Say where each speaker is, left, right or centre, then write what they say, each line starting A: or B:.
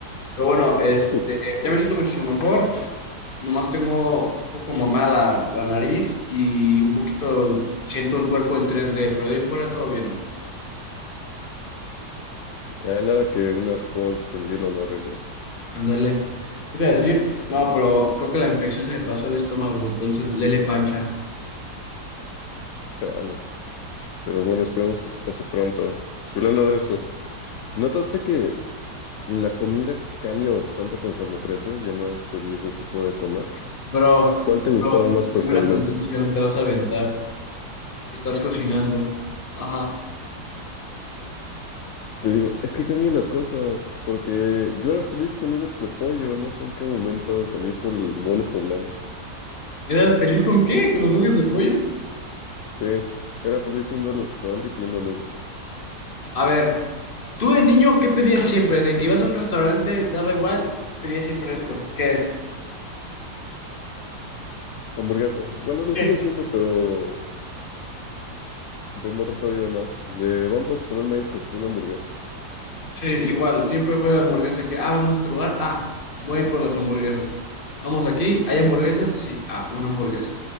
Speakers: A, on the left; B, on the left.
A: Pero bueno, este,
B: <laughs>
A: ya me siento muchísimo mejor. Nomás tengo un poco como mala la nariz y un poquito siento el cuerpo en tres d pero de ahí fuera todo bien.
B: Ah, nada que unas halls con hielo no arregle.
A: Ándale. ¿Qué te iba a decir? No, pero creo que la infección se me pasó al estómago, entonces lele pancha.
B: Chale. Pero bueno, esperemos que se pase pronto. Y Hablando de eso, ¿notaste que la comida cambia bastante conforme creces? Ya no es el mismo tipo de comer.
A: Bro,
B: ¿Cuál te gustaba
A: bro,
B: más personalmente?
A: tengo una transición, te vas a aventar. Estás cocinando. Ajá.
B: Te digo, es que cambian las cosas, porque yo era feliz con nuggets de pollo, no sé en qué momento cambié por el mole poblano.
A: ¿Eras feliz con qué? ¿Con los nuggets de pollo?
B: Sí, era feliz yendo al restaurante y pidiendo nuggets.
A: A ver, tú de niño, ¿qué pedías siempre? Desde que ibas a un restaurante, daba igual, pedías siempre esto. ¿Qué es?
B: Hamburguesa. Bueno, lo
A: ¿Qué?
B: sigo haciendo, pero De morro todavía más. De, vamos a comer mariscos, una hamburguesa.
A: Sí, igual, siempre fue hamburguesa que, ah, vamos a este lugar, ah, voy por las hamburguesas. Vamos aquí, ¿hay hamburguesas? Sí, ah, una hamburguesa.